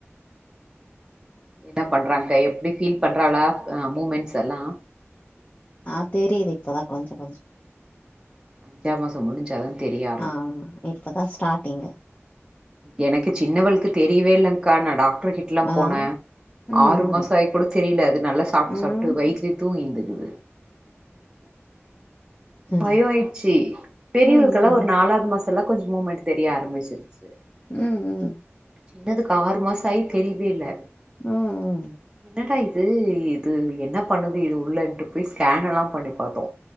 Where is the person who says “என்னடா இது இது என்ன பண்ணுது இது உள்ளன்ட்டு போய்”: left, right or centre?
Right